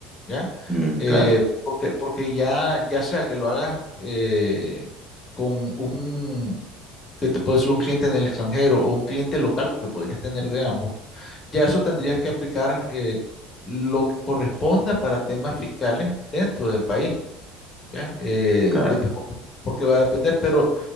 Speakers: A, on the left; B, in the centre.
A: ¿ya?
B: Mm,
A: Eh,
B: claro,
A: porque, porque ya, ya sea que lo hagas eh, con un, que te puede ser un cliente en el extranjero o un cliente local, porque podrías tener de ambos, ya eso tendrías que aplicar eh, lo que corresponda para temas fiscales dentro del país, ¿ya? Eh,
B: claro,
A: de- porque, porque va a depender, pero